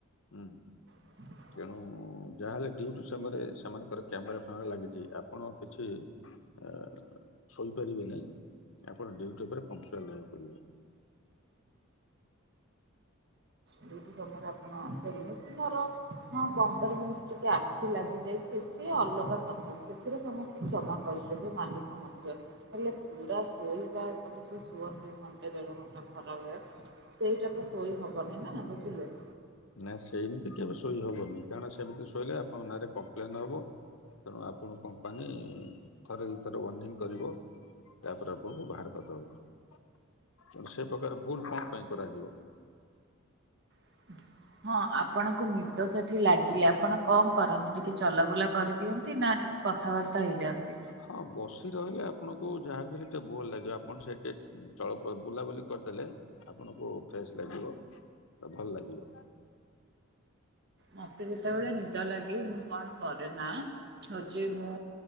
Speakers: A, on the left; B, on the right.
A: ହୁଁ।
B: <inaudible>
A: ତେଣୁ ଯାହାହେଲେ ଡ୍ୟୁଟି ସମୟରେ ସେମାନଙ୍କର କ୍ୟାମେରା ଫ୍ୟାମେରା ଲାଗିଛି ଆପଣ କିଛି ଅ ଶୋଇପାରିବେ ନାହିଁ ଆପଣ ଡ୍ୟୁଟି ଉପରେ ପନକ୍ଟୁଆଲ ରହିବାକୁ ପଡିବ।
B: ଡିଉଟିି ସମୟରେ ଆପଣ ସେମିତି ଧର ହଁ ପନ୍ଦର ମିନିଟ୍ ଟିକେ ଆଖି ଲାଗିଯାଇ ସେ ସେ ଅଲଗା କଥା। ସେଥିରେ ସମସ୍ତେ କ୍ଷମା କରିଦେବେ ମାଲିକ ମଧ୍ୟ ହେଲେ ପୁରା ସୋଇବା ଗୋଟେ ଯେଉଁ କୁହନ୍ତି ଘଣ୍ଟେ ଦେଢ ଘଣ୍ଟା ଖରାବେଳେ ସେଇଟା ତ ଶୋଇ ହବନି ନା ବୁଝିଲେ?
A: ନାଁ ସେମିତି କେବେ ଶୋଇହବନି କାରଣ ସେମିତି ଶୋଇଲେ ଆପଣ ନାଁରେ କମ୍ପ୍ଲେନ୍ ହେବ ତେଣୁ ଆପଣ କୁ କମ୍ପାନୀ ଥରେ ଦିଥର ୱାର୍ଣ୍ଣିଂ କରିବ ତାପରେ ଆପଣଙ୍କୁ ବାହାର କରିଦବ ତେଣୁ ସେ ପ୍ରକାର ଭୁଲ କଣପାଇଁ କରାଯିବ?
B: <unintelligible> ହଁ ଆପଣଙ୍କୁ ନିଦ ସେଠି ଲାଗିଲେ ଆପଣ କଣ କରନ୍ତି ଟିକେ ଚଲାବୁଲା କରିଦିଅନ୍ତି ନା ଟି କଥାବାର୍ତ୍ତା ହେଇଯାଆନ୍ତି।
A: ହଁ ବସିରହିଲେ ଆପଣଙ୍କୁ ଯାହାବି ହେଲେ ଟିକେ ବୋର୍ ଲାଗିବ ଆପଣ ସେଇ ଟିକେ ଚଳ ବୁଲାବୁଲି କରିଦେଲେ ଆପଣଙ୍କୁ ଫ୍ରେଶ୍ ଲାଗିବ ତ ଭଲ ଲାଗିବ।
B: ମତେ ଯେତେ ବେଳେ ନିଦ ଲାଗେ ମୁଁ କଣ କରେ ନା ହଉଛି ମୁଁ